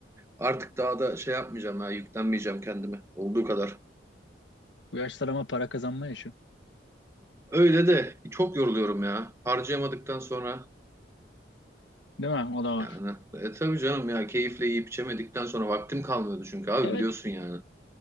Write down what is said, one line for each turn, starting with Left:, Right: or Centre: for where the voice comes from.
Right: Artık daha da şey yapmayacağım ya yüklenmeyeceğim kendime olduğu kadar.
Left: Bu yaşlar ama para kazanma yaşı.
Right: Öyle de çok yoruluyorum ya harcayamadıktan sonra
Left: Değil mi? O da var.
Right: yani e, tabii canım ya keyifle yiyip içemedikten sonra vaktim kalmıyordu çünkü abi
Left: Evet.
Right: biliyorsun yani.